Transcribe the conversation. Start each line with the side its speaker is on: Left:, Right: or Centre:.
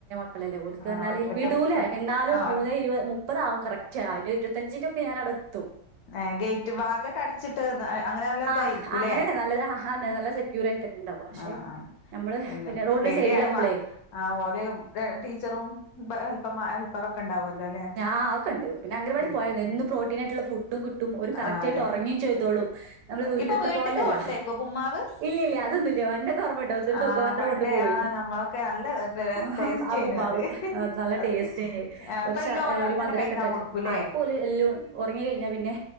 Right: മക്കളല്ലെ ഓൽക്ക്
Left: ആഹ്
Right: പർഞ്ഞാല്
Left: ഒറ്റ
Right: വിടൂലെ
Left: ഒറ്റ
Right: എന്നാലും
Left: ആഹ്
Right: മൂന്നെ ഇരുപത് മു പ്പതാവും കറക്റ്റ് ആ അതിന്റെ ഇരത്തഞ്ചിൻ്റെ മുമ്പ് ഞാനവ്ടെ എ
Left: ഏഹ് ഗേറ്റ് വാതിലൊക്കെ അടച്ചിട്ട് അങ്ങനെ നല്ല
Right: ആ
Left: ഇതായിരിക്കുംല്ലേ
Right: അങ്ങനെന്നെ നല്ലത് ആ നല്ല സെക്യൂർ ആയിട്ടന്നെ ഉണ്ടാവും പക്ഷെ
Left: ആഹ് ആഹ്
Right: നമ്മള്
Left: പിന്നെ
Right: റോഡിന്റെ
Left: പേട്യാണ്
Right: സൈഡിലാവുമ്പളേ
Left: ഈ മാ ആഹ് ഓല് ടീച്ചറും ബെ ഹെൽപ്പർമാര് <unintelligible> ഉണ്ടാവല്ലോ ല്ലെ
Right: ഞാ അതൊക്കണ്ട് പിന്നെ അംഗനവാടില്
Left: ഉം
Right: പോയാ മതി എന്നും പ്രോ ട്ടീനായ്ട്ട്ള്ള ഫുഡും കിട്ടും ഓര് കറക്റ്റ്
Left: ആ അതെ
Right: ആയിട്ട് ഒറങ്ങിം ചെയ്തോളും നമ്മള് വീട്ട്ത്തെ
Left: ഇപ്പൊ വീട്ട്ക്ക്
Right: പോലല്ല
Left: കൊടുത്തയക്കോ പുമ്മാവ്
Right: ഇല്ലില്ല അതൊന്നുല്ല പണ്ടൊക്കെ ഓർമണ്ട് <unintelligible>
Left: ആ
Right: തൂക്ക പാത്രം
Left: പണ്ട്
Right: കൊണ്ട് പോവേനി
Left: ആ നമ്മളൊക്കെ നല്ല
Right: ആഹ്
Left: ടേസ്റ്റേനു
Right: ആ പുമാവ്
Left: അത്
Right: അത്‌ നല്ല
Left: അതെ
Right: ടേസ്റ്റേന്യത്
Left: അപ്പ
Right: ഷാ
Left: എല്ലാം ഓല് അവിടന്നന്നെ
Right: ഒരു മധുരൊക്കെട്ടാട്ട്
Left: കഴിക്കാൻ കൊടുക്കൂല്ലേ
Right: ആ ഇപ്പോ ഓല് എല്ലും ഒറങ്ങി കഴിഞ്ഞാ പിന്നെ